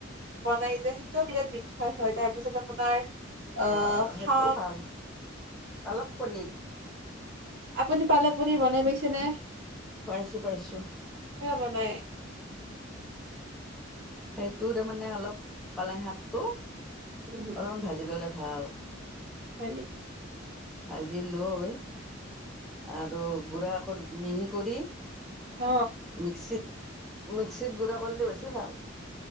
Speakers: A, on the right; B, in the centre.
A: বনাই যে সেইটোও বিৰাট বিখ্যাত হয়, তাৰপিছত আপোনাৰ আহ,
B: অঁ সেইটো
A: শাক।
B: ভাল পালক পনীৰ।
A: আপুনি পালক পনীৰ বনাই পাইছে নে?
B: পাইছোঁ পাইছোঁ।
A: বনাই
B: সেইটো তাৰ মানে অলপ, পালেং শাকটো,
A: উম
B: অলমান ভাজি ল'লে ভাল।
A: হয় নি?
B: ভাজি লৈ, আৰু গুড়া ক মিহি কৰি
A: অ
B: মিক্সিত, মিক্সিত গুড়া কৰলে বেছি ভাল।